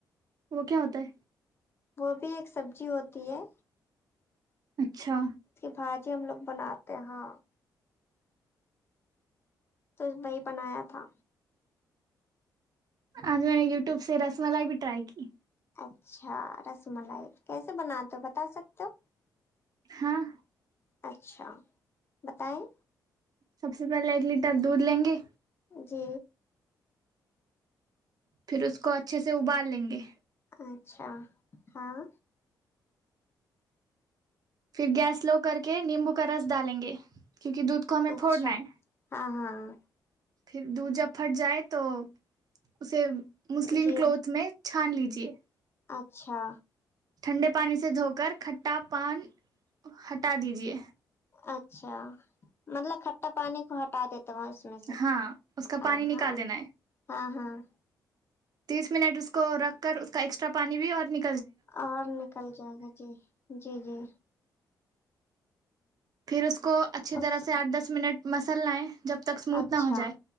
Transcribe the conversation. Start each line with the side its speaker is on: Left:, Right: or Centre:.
Right: وہ کیا ہوتا ہے
Left: وہ بھی ایک سبزی ہوتی ہے
Right: اچھا
Left: بھجی ہم لوگ بناتے ہاں تو وہی بنایا تھا
Right: آج میں نے یوٹیوب سے رس ملائی بھی ٹرائی کی
Left: اچھا رس ملائی کیسے بنا دو بتا سکتے ہو
Right: ہاں
Left: اچھا بتائیں
Right: سب سے پہلے ایک لیٹر دودھ لیں گے
Left: جی
Right: پھر اس کو اچھے سے ابال لیں گے
Left: اچھا ہاں
Right: پھر گیس سلو کر کے نیمبو کا رس ڈالیں گے کیونکہ دودھ کو ہمیں
Left: اچھا
Right: پھوڑنا ہے
Left: ہاں ہاں <unintelligible>
Right: پھر د جب پھٹ جائے تو اسے مسلم
Left: جی
Right: کلوتھ میں ھان لیجے <inaudible>
Left: اچھا
Right: ٹھنڈے پانی سے دھو کر کھٹا پان ہٹا دیجے
Left: اچھا مطلب کھٹا پانی کو ہٹا دیتا اس میں سے
Right: ہاں اس کا
Left: ہاں
Right: پانی نکال دینا ہے
Left: ہاں ہاں <inaudible>
Right: تیس منٹ اس کو رکھ کر اس کا ایکسٹرا پانی بھی اور ن
Left: اور نکل جائے گا جی جی جی
Right: پھر اس کو <inaudible> کو اچھی
Left: اس
Right: طرح سے آٹھ دس منٹ مس ہے جب تک اسموتھ
Left: اچھا
Right: نہ ہو جائے